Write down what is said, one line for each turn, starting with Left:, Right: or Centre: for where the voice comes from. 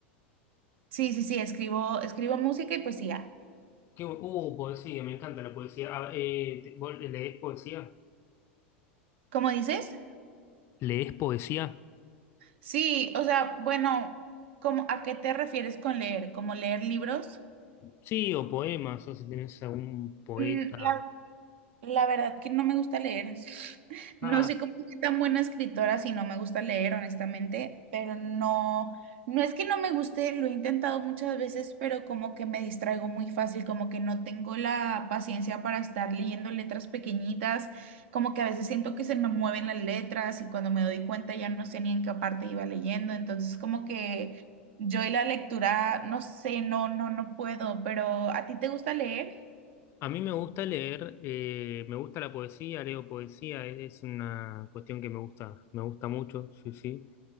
Right: Sí, sí, sí, escribo, escribo música y poesía.
Left: Qué bu- uh, poesía, me encanta la poesía. Ah, eh, te- ¿vos lees poesía?
Right: ¿Cómo dices?
Left: ¿Lees poesía?
Right: Sí, o sea, bueno, ¿cómo, a qué te refieres con leer? ¿Como leer libros?
Left: Sí, o poemas, o si tenés algún poeta.
Right: Mm, la La verdad que no me gusta leer. <laughs>
Left: Ah,
Right: No sé cómo soy tan buena escritora si no me gusta leer, honestamente, pero no, no es que no me guste, lo he intentado muchas veces, pero como que me distraigo muy fácil, como que no tengo la paciencia para estar leyendo letras pequeñitas, como que a veces siento que se me mueven las letras y cuando me doy cuenta ya no sé ni en qué parte iba leyendo, entonces como que yo y la lectura, no sé, no, no, no puedo, pero ¿a ti te gusta leer?
Left: a mí me gusta leer, eh, me gusta la poesía, leo poesía, es es una cuestión que me gusta, me gusta mucho, sí, sí.